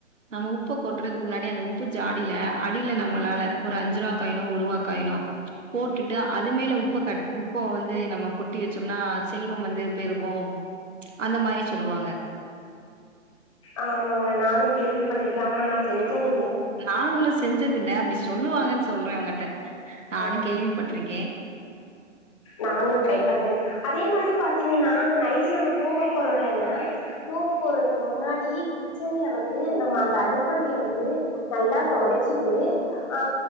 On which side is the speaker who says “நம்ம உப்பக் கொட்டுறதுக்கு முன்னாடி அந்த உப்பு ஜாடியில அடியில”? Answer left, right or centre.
Right